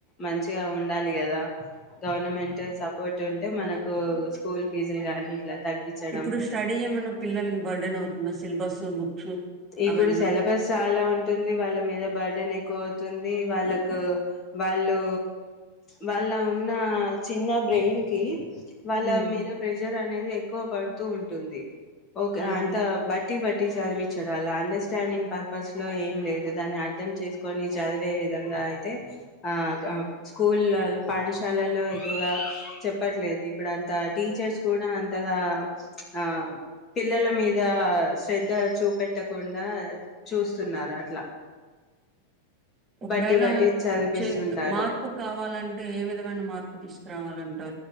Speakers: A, on the left; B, on the right.
A: మంచిగా ఉండాలి కదా గవర్మెంట్ సపోర్ట్ ఉ అంటే మనకు స్కూల్ ఫీజులు గానీ ఇట్లా తగ్గించడం
B: ఇప్పుడు స్టడీ ఏమన్నా పిల్లలకి బర్డన్ అవుతుందా సిలబస్ బుక్స్
A: ఇప్పుడు
B: అవన్నా
A: సెలబస్ ఆ చాలా ఉంటుంది వాళ్ళ మీద బర్త్డేన్ ఎక్కువ అవుతుంది వాళ్ళకు వాళ్ళు వాళ్ళ ఉన్న చిన్న బ్రెయిన్ కి వాళ్ళ
B: హ్మ్.
A: మీద ప్రెజర్ అ అనేది ఎక్కువ పడుతూ ఉంటుంది ఓకే
B: హ్మ్.
A: అంట బట్ తి వడ్డీసార్ వి అండర్స్టాండింగ్ పర్పస్ లో ఏం లేదు దాన్ని అర్థం చేసుకొని చదివే విధంగా అయితే ఆ స్కూల్లో పాఠశాలలో ఎక్కువగా చెప్పట్లేదు ఇప్పుడు అంత టీచర్స్ కూడా అంతగా అపిల్లల మీద శ్రద్ధ చూప పెట్టకుండా చూస్తున్నారు అట్లా
B: ఒకవేళ
A: బట్టి బట్టి చదిపిస్తుంటారు
B: చె మార్పు కావాలంట అంటే ఏ విధమైన మార్పు తీసుకురావాలంటా